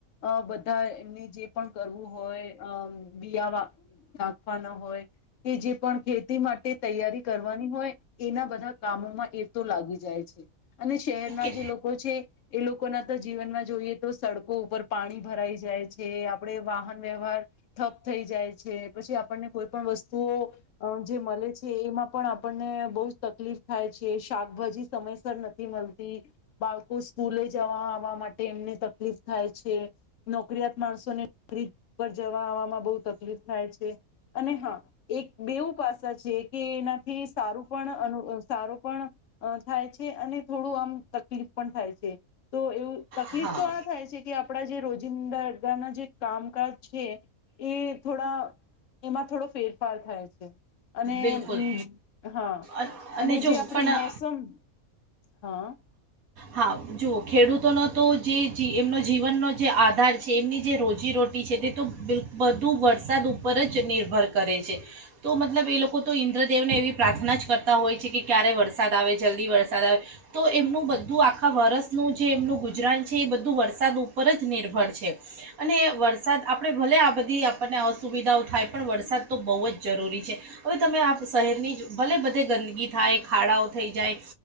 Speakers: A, on the left; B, on the right.
A: અ બધા એમની જે પણ કરવું હોય, અ બીયા નાખવાના હોય. કે જે પણ ખેતી માટે તૈયારી કરવાની હોય. એના બધા કામોમાં એ તો લાગી જાય છે, અને શહેરના
B: કે
A: જે લોકો છે. એ લોકોના તો જીવનમાં જોઈએ તો સડકો ઉપર પાણી ભરાઈ જાય છે, આપડે વાહન વ્યવહાર થઠપ થઈ જાય છે, પછી આપણને કોઈ પણ વસ્તુઓ અ જે મળે છે, એમાં પણ આપણને બહુ જ તકલીફ થાય છે, શાકભાજી સમયસર નથી મળતી, બાળકો સ્કૂલે જવા આવવા માટે, એમને તકલીફ થાય છે. નોકરીયાત માણસોને નોકરી પર જવા-આવવામાં, બહુ તકલીફ થાય છે, અને હા. એક બેવું પાસા છે કે, એનાથી સારું પણ, સારું પણ. અ થાય છે, અને થોડું આમ તકલીફ પણ થાય છે. તો એવું તકલીફ
B: હા
A: તો આ થાય છે કે, આપડા જે રોજિંદા ના જે કામકાજ છે. એ થોડા, એમાં થોડો ફેરફાર થાય છે. અને
B: બિલકુલ
A: હમ, હા,
B: અ-
A: અને
B: જો
A: જે આપણે
B: પણ
A: મોસમ હા.
B: હા, જુઓ ખેડૂતોનો તો જે એમનો જીવનનો જે આધાર છે, એમની જે રોજીરોટી છે, તે તો બલ બધુ વરસાદ ઉપર જ નિર્ભર કરે છે. તો મતલબ એ લોકો તો ઇન્દ્રદેવને એવી પ્રાર્થના જ કરતા હોય છે કે, ક્યારે વરસાદ આવે, જલ્દી વરસાદ આવે. તો એમનું બંધ. બધું આખા વરસનું જે એમનું ગુજરાન છે, એ બધું વરસાદ ઉપર જ નિર્ભર છે. અને વરસાદ આપણે ભલે, આ બધી આપણને અસુવિધાઓ થાય, પણ વરસાદ તો બહુ જ જરૂરી છે. હવે તમે. શહેરની જ ભલે બધે ગંદગી થાય, ખાડાઓ થઈ જાય,